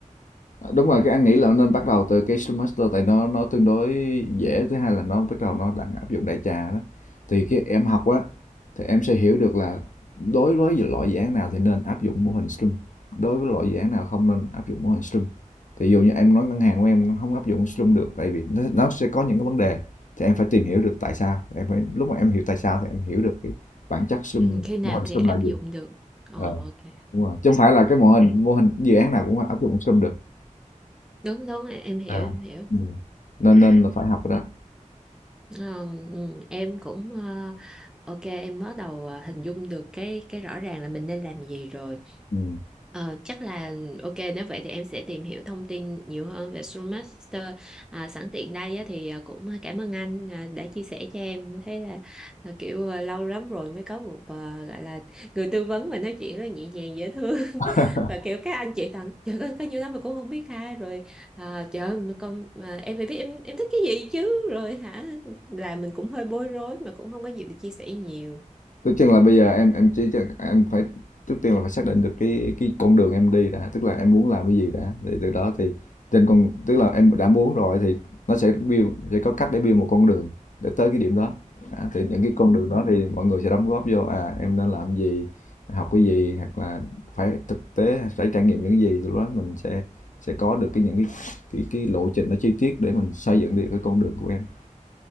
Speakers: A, on the left; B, in the centre.
A: Đúng rồi, cái anh nghĩ là nên bắt đầu từ cái Scrum Master tại nó nó tương đối dễ thứ hai là nó bắt đầu nó đang áp dụng đại trà đó thì cái em học á thì em sẽ hiểu được là đối với loại dự án nào thì nên áp dụng mô hình Scrum đối với loại dự án nào không nên áp dụng mô hình Scrum thì dụ như em nói ngân hàng của em không áp dụng Scrum được tại vì nó, nó sẽ có những cái vấn đề thì em phải tìm hiểu được tại sao em phải lúc mà em hiểu tại sao thì em hiểu được cái bản chất Scrum
B: ừ, khi nào
A: mô hình
B: thì
A: Scrum
B: áp
A: là gì
B: dụng được ờ,
A: ờ,
B: ok
A: đúng rồi. chứ không phải là cái mô hình mô hình dự án nào cũng áp dụng Scrum được
B: đúng đúng em hiểu
A: À.
B: em hiểu
A: Ừm, nên nên là phải học rồi đó.
B: Ờ, ừ, em cũng ờ, ok em bắt đầu ờ, hình dung được cái cái rõ ràng là mình nên làm gì rồi
A: Ừm.
B: Ờ, chắc là ok nếu vậy thì em sẽ tìm hiểu thông tin nhiều hơn về Scrum Master à, sẵn tiện đây á, thì à, cũng cảm ơn anh à, đã chia sẻ cho em thế là à, kiểu à, lâu lắm rồi mới có một à, gọi là người tư vấn mà nói chuyện rất là nhẹ nhàng dễ thương <laughs>
A: <laughs>
B: và kiểu các anh chị toàn trời ơi có nhiều lắm mà cũng không biết ha rồi à, trời ơi mà con mà em phải biết em em thích cái gì chứ rồi hả là mình cũng hơi bối rối mà cũng không có gì để chia sẻ nhiều
A: Tức chừng là bây giờ em em chỉ em phải trước tiên là phải xác định được cái cái con đường em đi đã, tức là em muốn làm cái gì đã, thì từ đó thì trên con tức là em đã muốn rồi thì nó sẽ build sẽ có cách để build một con đường để tới cái điểm đó. Đã, thì những cái con đường đó thì mọi người sẽ đóng góp vô à em nên làm gì, học cái gì hoặc là phải thực tế phải trải nghiệm những cái gì thì lúc đó mình sẽ sẽ có được cái những cái cái cái lộ trình nó chi tiết để mình xây dựng được cái con đường của em.